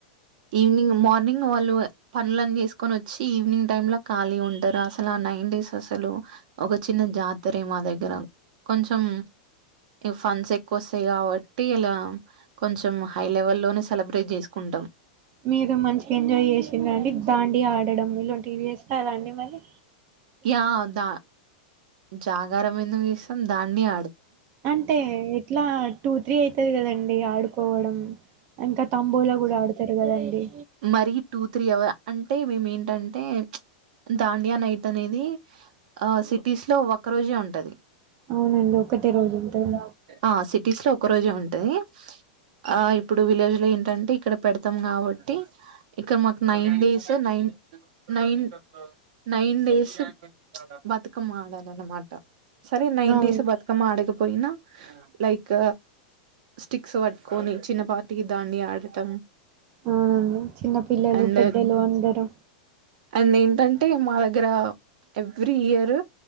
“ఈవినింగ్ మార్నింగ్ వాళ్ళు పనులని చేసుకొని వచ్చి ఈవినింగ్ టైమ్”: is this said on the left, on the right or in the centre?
Right